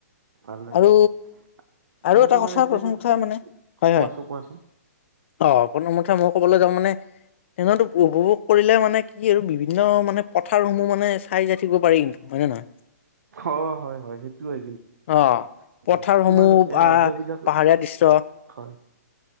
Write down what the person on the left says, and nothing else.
আৰু
আৰু এটা
কথা,
প্ৰথম কথা মানে, হয়,
হয়।
অ', প্ৰথমকথা মই কবলৈ যাওঁ মানে ট্ৰেইনত উপভোগ কৰিলে মানে কি আৰু বিভিন্ন মানে পথাৰসমূহ মানে চাই যাই থাকিব পাৰি, কিন্তু হয় নে নহ <unintelligible>
অ', পথাৰসমূহ
বা
পাহাৰীয়া দৃশ্য